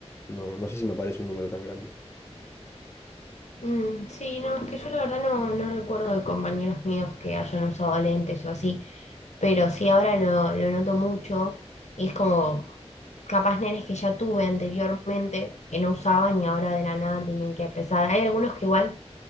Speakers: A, on the left; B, on the left.
A: No, no sé si me parece un número tan grande.
B: Mm, sí, no, es que yo la verdad no, no recuerdo de compañeros míos que hayan usado lentes o así, pero sí ahora lo, lo noto mucho y es como capaz nenes que ya tuve anteriormente que no usaban y ahora de la nada tienen que empezar. Hay algunos que igual